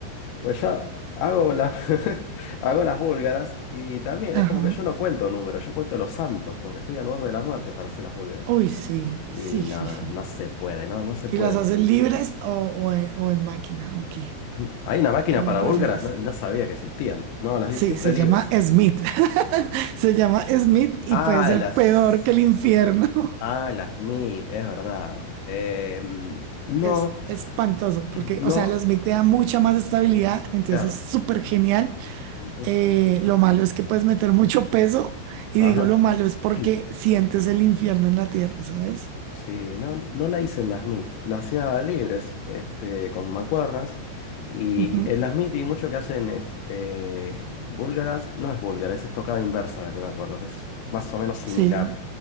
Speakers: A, on the left; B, on the right.
A: Pues yo hago, la- <laughs> hago las búlgaras y también
B: Ajá.
A: es como que yo no cuento números, yo cuento los santos, porque estoy al borde de la muerte para hacer las búlgaras.
B: Uy, sí,
A: Y
B: sí,
A: no,
B: sí,
A: no,
B: sí.
A: no se puede, no, no se
B: ¿Y
A: puede.
B: las haces libres o, o en, o en máquina? Ok,
A: <clears throat> Hay una máquina
B: ¿cómo
A: para
B: prefieres?
A: búlgaras, no, no sabía que existían. No, las di
B: Sí,
A: siempre
B: se
A: libres.
B: llama Smith. <laughs> Se llama Smith
A: Ah,
B: y puede ser
A: las...
B: peor que el infierno.
A: Ah,
B: <laughs>
A: las Smith, es verdad. Em, no,
B: Es espantoso porque,
A: <clears throat> no,
B: o sea, los Smith te da mucha más estabilidad, entonces
A: claro.
B: es súper genial.
A: Ujú.
B: Eh, lo malo es que puedes meter mucho peso y
A: Ajá.
B: digo lo malo es porque
A: <clears throat>
B: sientes el infierno en la tierra, ¿sabes?
A: Sí, no, no la hice en las MIT, la hacía libres, este, con mancuernas. Y
B: Ujú.
A: en las MIT vi mucho que hacen es- eh, búlgaras, no es búlgara, es estocada inversa la que me acuerdo, que es más o menos similar.
B: Sí,